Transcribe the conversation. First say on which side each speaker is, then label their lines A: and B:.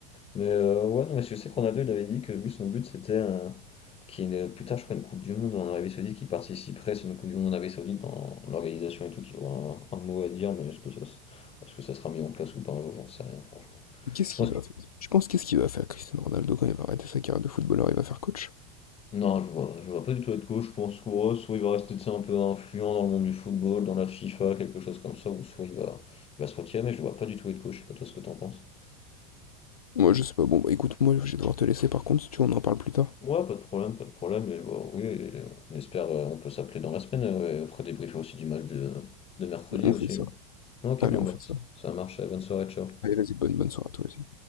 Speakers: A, on the left; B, on the left.
A: Mais euh, ouais, non, mais je sais qu'on a deux, il avait dit que lui, son but, c'était euh, qu'il y ait une- plus tard, je crois, une Coupe du Monde en Arabie Saoudite qui participerait, c'est une Coupe du Monde en Arabie Saoudite dans l'organisation et tout, qu'il aura un, un mot à dire, mais est-ce que ça, se- est-ce que ça sera mis en place ou pas un jour, j'en sais rien, franchement.
B: Qu'est-ce
A: Je pense
B: qu'il va
A: que...
B: faire? Tu penses qu'est-ce qu'il va faire, Cristiano Ronaldo, quand il va arrêter sa carrière de footballeur, il va faire coach?
A: Non, je vois, je vois pas du tout être coach, je pense que ouais, soit il va rester, tu sais, un peu influent dans le monde du football, dans la FIFA, quelque chose comme ça, ou soit il va, il va se retirer, mais je le vois pas du tout être coach, je sais pas toi ce que t'en penses.
B: Moi, je sais pas. Bon, bah écoute, moi, je vais devoir te laisser, par contre, si tu veux, on en parle plus tard.
A: Ouais, pas de problème, pas de problème. Et bah, oui, et on espère, euh, on peut s'appeler dans la semaine. euh, ouais, après débriefer aussi du match de, de mercredi
B: On
A: aussi.
B: fait ça.
A: hein. Ok,
B: Allez,
A: bon,
B: on
A: bah,
B: fait ça.
A: ça, ça marche. euh, Bonne soirée, ciao.
B: Allez, vas-y, bonne, bonne soirée à toi aussi.